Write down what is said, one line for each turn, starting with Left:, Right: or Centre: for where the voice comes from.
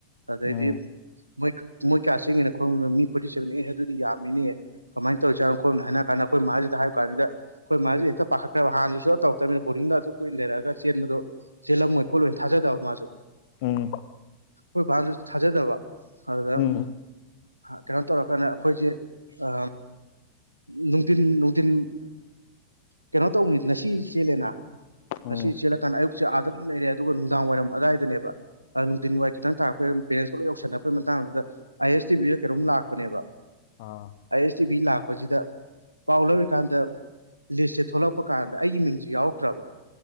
Right: ꯑꯗꯩꯗꯤ
Left: ꯎꯝ
Right: ꯃꯣꯏ ꯃꯣꯏ ꯀꯌꯥ ꯆꯦꯡꯒꯦꯅ ꯈꯔꯅꯣ ꯃꯤ ꯐꯣꯔꯇꯤ ꯁꯚꯦꯟ ꯑꯦ ꯑꯗꯨꯗꯤ ꯌꯥꯝꯃꯤꯅꯦ ꯀꯃꯥꯏꯅ ꯇꯧꯔꯤꯖꯥꯅꯣ ꯍꯥꯏꯔ ꯀꯥꯟꯗ ꯑꯩꯈꯣꯏ ꯃꯥꯁꯤꯗ ꯍꯥꯏꯕ ꯀꯥꯟꯁꯤꯗ ꯑꯩꯈꯣꯏ ꯃꯥꯖꯤꯖꯨ ꯍꯦꯛꯇ ꯄꯥꯈꯠꯈ꯭ꯔꯦꯕ ꯍꯥꯟꯅꯁꯨ ꯁꯨꯇꯧ ꯇꯧꯔꯛꯇꯕꯅꯤ ꯕꯣꯔꯗꯤꯡꯗ ꯑꯗꯨꯝ ꯀꯨꯏꯅ ꯂꯩꯔꯛꯑꯒ ꯆꯦꯟꯕꯗꯣ ꯆꯦꯜꯂꯝꯃꯣꯏ ꯈꯣꯠꯂꯣꯏꯅ ꯊꯥꯖꯗꯕ ꯃꯥꯁꯨ꯫
Left: ꯎꯝ
Right: ꯈꯣꯏ ꯕꯥꯁꯨ ꯊꯥꯖꯗꯕ ꯑꯗꯨꯗ
Left: ꯎꯝ
Right: ꯀꯩꯅꯣ ꯇꯧꯔꯀꯥꯟꯗ ꯑꯩꯈꯣꯏꯖꯦ ꯑ ꯅꯨꯡꯊꯤꯟ ꯅꯨꯡꯊꯤꯟ ꯀꯩꯅꯣ ꯇꯧꯅꯤ ꯉꯁꯤ ꯆꯦꯜꯂꯦꯅ
Left: ꯎꯝ
Right: ꯉꯁꯤ ꯆꯦꯜꯂꯀꯥꯟꯗ ꯑꯌꯨꯛꯁꯦ ꯑꯥꯗ ꯑꯗꯨꯝ ꯂꯩꯔꯦ ꯑꯗꯨꯒ ꯅꯨꯡꯗꯥꯡ ꯋꯥꯏꯔꯝ ꯑꯋꯥꯏꯗꯅꯦꯕ ꯅꯨꯡꯊꯤꯟ ꯋꯥꯏ ꯈꯤꯇꯪ ꯇꯥꯔꯛꯄ ꯄꯦꯔꯦꯟꯁ ꯄꯨꯂꯞ ꯌꯎꯁꯤꯟꯅꯛꯄꯒꯤ ꯃꯇꯥꯡꯗꯨꯗ ꯑꯥꯏ ꯑꯦꯁ ꯇꯤ ꯚꯤꯗ ꯀꯩꯅꯣꯝ ꯂꯥꯛꯄꯅꯦꯕ
Left: ꯑꯥ
Right: ꯑꯥꯏ ꯑꯦꯁ ꯇꯤ ꯚꯤ ꯂꯥꯛꯄꯁꯤꯗ ꯄꯥꯎ ꯂꯧꯔꯤꯀꯥꯟꯗ ꯂꯤꯁꯁꯦ ꯊꯣꯛꯂꯛꯄ ꯀꯥꯟꯗ ꯑꯩꯒꯤ ꯃꯤꯡꯁꯦ ꯌꯥꯎꯔꯛꯇ꯭ꯔꯕ